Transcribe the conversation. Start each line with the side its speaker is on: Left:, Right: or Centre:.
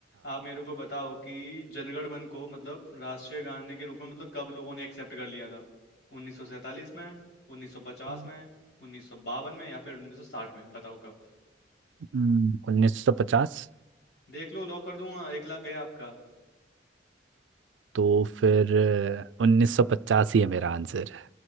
Left: आप मेरे को बताओ कि जनगण मन को मतलब राष्ट्रीय गाने के रूप में मतलब कब लोगों ने एक्सेप्ट कर लिया था 1947 में 1950
Right: हाँ
Left: में 1952 में या फिर 1960 में बताओ कब
Right: हम्म, उन्नीस सौ पचास
Left: देख लो लॉक कर दूंगा एक लाख गया आपका
Right: तो फिर उन्नीस सौ पचास ही है मेरा आंसर